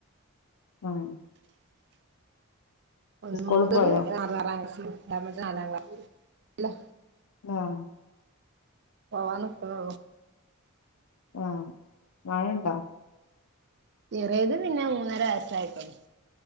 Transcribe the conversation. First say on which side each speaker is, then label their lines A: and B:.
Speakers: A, on the left; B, on the right.
A: വാഴും
B: ഒന്ന്
A: സ്കൂളിൽ
B: മൂതത്
A: പോയോ
B: ആറാറാം ക്ലാസി രണ്ടാമത് നാലാം ക്ലാ ലെ
A: ഉം
B: പോവാ നിക്ക്ണള്ളൂ
A: ആഹ് മഴണ്ടോ
B: ചെറേത് പിന്നെ മൂന്നര വയസ്സായിട്ടള്ളൂ